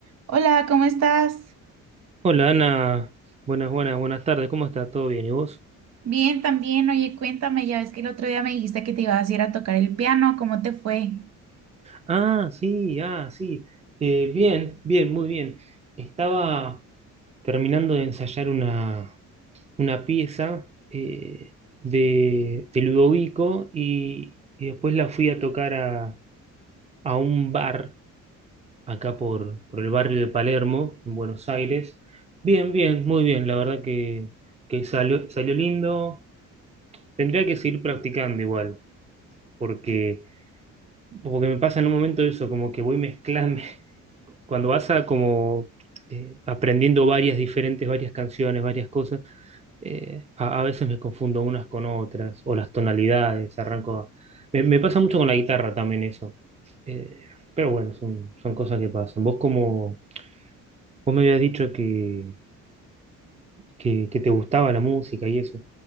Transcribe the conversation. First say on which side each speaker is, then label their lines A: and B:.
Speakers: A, on the right; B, on the right.
A: Hola, ¿cómo estás?
B: Hola Ana, buenas, buenas, buenas tardes, ¿cómo está? ¿Todo bien? ¿Y vos?
A: Bien, también. Oye, cuéntame, ya ves que el otro día me dijiste que te ibas a ir a tocar el piano, ¿cómo te fue?
B: Ah, sí, ah, sí. Eh, bien, bien, muy bien. Estaba terminando de ensayar una, una pieza eh, de, de Ludovico y, y después la fui a tocar a, a un bar acá por, por el barrio de Palermo, en Buenos Aires. Bien, bien, muy bien, la verdad que, que salió, salió lindo. Tendría que seguir practicando igual, porque Porque me pasa en un momento eso, como que voy mezclando, <laughs> cuando vas a como eh, aprendiendo varias diferentes, varias canciones, varias cosas, eh, a, a veces me confundo unas con otras, o las tonalidades, arranco a- Me, me pasa mucho con la guitarra también eso. Eh, pero bueno, son, son cosas que pasan. Vos como, vos me habías dicho que, que, que te gustaba la música y eso.